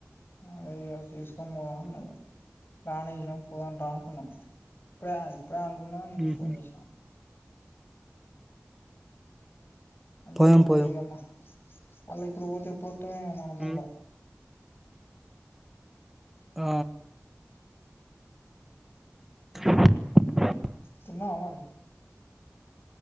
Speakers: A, on the left (about 50°); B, in the centre.
A: ఆ అదే కదా చేసుకొని పోవాల్నా ప్లాన్ ఎయ్ పోదాం రా అనుకున్నాం ఇప్పుడే ఆగిపో ఇప్పుడే అనుకున్నాం నేన్
B: హుహు.
A: నీకు ఫోన్ చేసినా అంజి
B: పోదాం.
A: ఉంటే
B: పోదాం.
A: ఏయ్ అమ్మా మళ్ళీ ఇప్పుడు పోతే ఎప్పుడూ హమ్ మనం
B: హ్మ్.
A: మల్
B: ఆ <inaudible>
A: తన్నావ మరి